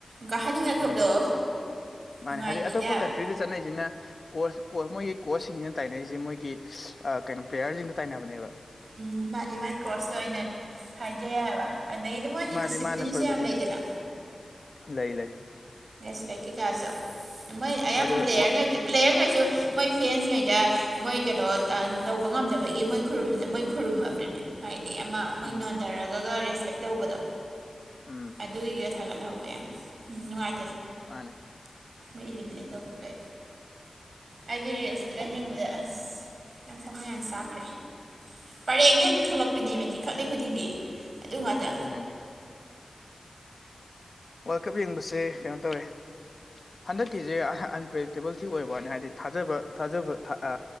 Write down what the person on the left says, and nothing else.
ꯎꯝ ꯃꯥꯅꯦ
ꯍꯥꯏꯗꯤ ꯑꯇꯣꯞꯄ
ꯀꯟꯇ꯭ꯔꯤꯗ ꯆꯠꯅꯩꯁꯤꯅ ꯀꯣꯔꯁ ꯀꯣꯔꯁ ꯃꯣꯏꯒꯤ ꯀꯣꯆꯁꯤꯡꯁꯤꯅ ꯇꯥꯏꯅꯔꯤꯁꯦ ꯃꯣꯏꯒꯤ ꯀꯩꯅꯣ ꯄ꯭ꯂꯦꯌꯔꯁꯤꯡꯗ ꯇꯥꯏꯅꯕꯅꯦꯕ
ꯃꯥꯗꯤ
ꯃꯥꯅ ꯁꯣꯏꯕꯅꯤ
ꯂꯩ ꯂꯩ
ꯑꯗꯣ
ꯋꯥ
ꯎꯝ
ꯎꯝ
ꯃꯥꯅꯦ
ꯑꯗꯨꯅ‌ꯦ ꯑꯗꯨꯅ‌ꯦ ꯋꯥꯜꯀꯞ ꯌꯦꯡꯕꯁꯦ ꯀꯩꯅꯣ ꯇꯧꯋꯦ ꯍꯟꯗꯛꯀꯤꯁꯦ ꯑꯟꯄ꯭ꯔꯗꯤꯛꯇꯦꯕꯜ ꯑꯣꯏꯕ ꯋꯥꯅꯤ ꯍꯥꯏꯗꯤ ꯊꯥꯖꯕ ꯊꯥꯖꯕ ꯑꯃꯥ